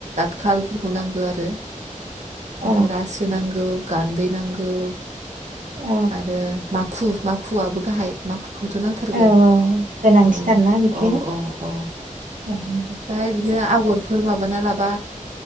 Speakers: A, on the right; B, on the right.
A: खालफोरखौ नांगो आरो
B: औ
A: ओमफाय रासो नांगौ। गान्दै नांग गौ
B: औ
A: आरो माख खु माखुआबो गाहाय माखु खौथ' नांथारगो
B: औ गोनांथिथारना
A: औ
B: बेखो
A: औ औ औ
B: अ
A: ओमफ्राय बि दिनो आगरफोर माबाना लाबा